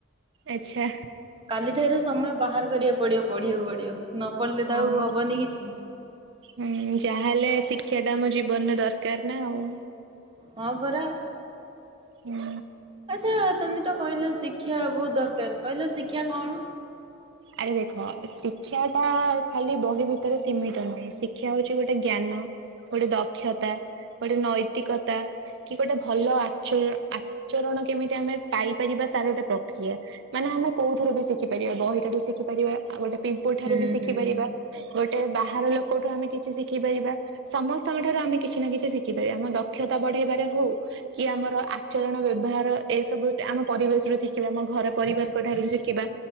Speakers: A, on the right; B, on the right.
A: ଆଚ୍ଛା।
B: କାଲିଠାରୁ ସମୟ ବାହାର କରିବାକୁ ପଡିବ ପଢିବାକୁ ପଡିବ। ନ ପଢିଲେ
A: ହଁ।
B: ତ ଆଉ ହବନି କିଛି।
A: ହୁଁ, ଯାହାହେଲେ ଶିକ୍ଷା ଟା ଆମ ଜୀବନରେ ଦରକାର ନା ଆଉ।
B: ହଁ ପରା।
A: ନା
B: ଆଚ୍ଛା, ତୋମେ ତ କହିଲ ଶିକ୍ଷା ବହୁତ ଦରକାର, କହିଲ ଶିକ୍ଷା କଣ?
A: ଆରେ ଦେଖ ଏ ଶିକ୍ଷାଟା ଖାଲି ବହି ଭିତରେ ସୀମିତ ନୁହେଁ। ଶିକ୍ଷା ହଉଛି ଗୋଟେ ଜ୍ଞାନ। ଗୋଟେ ଦକ୍ଷତା ଗୋଟେ ନୈତିକତା। କି ଗୋଟେ ଭଲ ଆଚ- ଆଚରଣ କେମିତି ଆମେ ପାଇପାରିବା ତାର ଗୋଟେ ପ୍ରକ୍ରିୟା। ମାନେ ଆମେ କୋଉଥିରୁ ବି ଶିଖିପାରିବା, ବହିରୁ ବି ଶିଖି ପାରିବା, ଆଉ ଗୋଟେ ପିମ୍ପୁଡି ଠାରୁ
B: ହୁଁ
A: ବି ଶିଖିପାରିବା।
B: ହୁଁ
A: ଗୋଟେ ବାହାର ଲୋକଠୁ ଆମେ କିଛି ଶିଖିପାରିବା। ସମସ୍ତଙ୍କ ଠାରୁ ଆମେ କିଛି ନା କିଛି ଶିଖିପାରିବା ଆମ ଦକ୍ଷତା ବଢେଇବାରେ ହଉ। କି ଆମର ଆଚରଣ ବ୍ୟବହାର ଏ ସବୁ ଆମ ପରିବେଶରୁୁ ଶିଖିବା। ଆମ ଘର ପରିବାରଙ୍କ ଠାରୁ ଶିଖିବା।